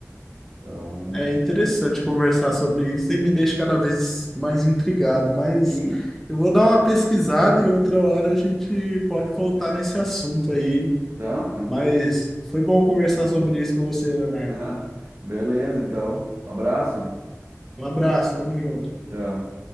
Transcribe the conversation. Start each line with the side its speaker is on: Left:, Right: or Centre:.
Right: Então,
Centre: É interessante conversar sobre isso e me deixa cada vez mais intrigado, mas
Right: sim,
Centre: eu vou dar uma pesquisada e outra hora a gente pode voltar nesse assunto aí.
Right: então, tranquilo,
Centre: Mas foi bom conversar sobre isso com você, Leonardo.
Right: <laughs> né? Beleza, então. Abraço.
Centre: Um abraço, tamo junto.
Right: Tchau.